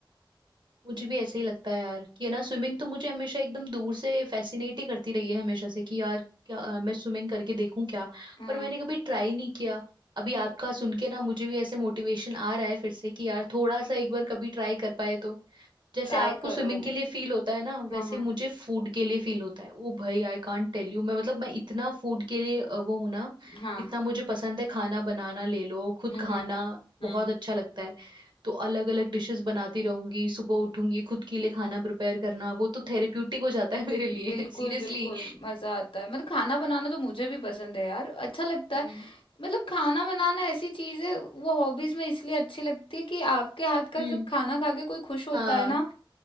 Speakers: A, on the right (about 60°); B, on the left (about 80°).
A: मुझे भी ऐसे ही लगता है यार कि है ना स्विमिंग तो मुझे हमेशा एकदम दूर से फैसिनेट ही करती रही है हमेशा से कि यार क्या अ, मैं स्विमिंग करके देखूं क्या
B: हाँ
A: पर मैंने कभी ट्राई नहीं किया अभी आपका सुन के ना मुझे भी ऐसे मोटिवेशन आ रहा है फिर से कि यार थोड़ा सा एक बार कभी ट्राई कर पाए तो जैसे
B: ट्राई
A: आपको
B: करो
A: स्विमिंग के लिए फील होता है ना
B: हाँ
A: वैसे
B: हाँ
A: मुझे फूड के लिए फील होता है ओ भाई आई कांट टेल यू मैं मतलब मैं इतना फूड के लिए अ, वो हूं ना
B: हाँ
A: इतना मुझे पसंद है खाना बनाना ले लो खुद
B: हम्म
A: खाना
B: हम्म
A: बहुत
B: हम्म
A: अच्छा लगता है तो अलग अलग डिशेस बनाती रहूंगी सुबह उठूंगी खुद के लिए खाना प्रिपेयर करना वो तो थेरेप्यूटिक हो जाता है मेरे लिए
B: बिल्कुल
A: <laughs> सीरियसली
B: बिल्कुल मजा आता है मतलब खाना बनाना तो मुझे भी पसंद है यार अच्छा लगता
A: हम्म
B: है मतलब खाना बनाना ऐसी चीज है वो हॉबीज में इसलिए अच्छी लगती है कि आपके हाथ का
A: हम्म
B: जब खाना खा के कोई खुश होता
A: हाँ
B: है ना